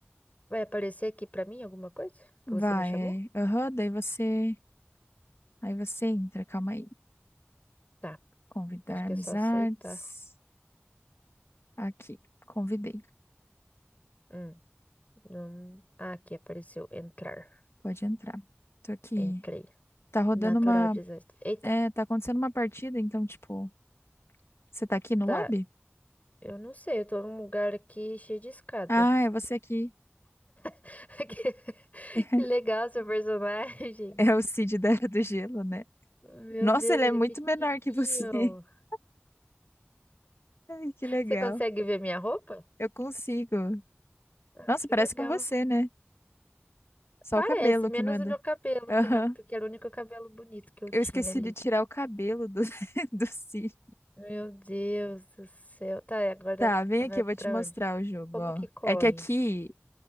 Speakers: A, on the left; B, on the left.
A: Vai aparecer aqui pra mim alguma coisa
B: Vai.
A: que você me chamou?
B: é, Aham, daí você. Aí você entra, calma aí.
A: Tá.
B: Convidar
A: Acho que
B: amizades.
A: é só aceitar.
B: Aqui, convidei.
A: Hum, não... Ah, aqui apareceu entrar.
B: Pode entrar. Tô aqui.
A: Entrei.
B: Tá rodando
A: Natural
B: uma.
A: disaster. Eita.
B: É, tá acontecendo uma partida, então, tipo, você tá aqui no
A: Tá.
B: lobby?
A: Eu não sei. Eu tô num lugar aqui cheio de escada.
B: Ah, é você aqui.
A: <laughs> Que
B: <laughs>
A: que legal seu personagem.
B: É o Cid da Era do Gelo, né?
A: Meu
B: Nossa,
A: Deus,
B: ele
A: ele
B: é muito
A: é pequenininho.
B: menor que você. <laughs> Ai, que legal.
A: Você consegue ver minha roupa?
B: Eu consigo.
A: Ah,
B: Nossa,
A: Que
B: parece
A: legal.
B: com você, né? Só
A: Parece,
B: o cabelo que
A: menos
B: não é da.
A: o meu cabelo,
B: Aham.
A: que não, porque era o único cabelo bonito que eu
B: Eu
A: tinha
B: esqueci
A: ali.
B: de tirar o cabelo do, <laughs> do cílio.
A: Meu Deus do céu. Tá, e agora
B: Tá, vem
A: vai
B: aqui, eu
A: pra
B: vou te mostrar
A: onde?
B: o jogo,
A: Como
B: ó.
A: que corre?
B: É que aqui.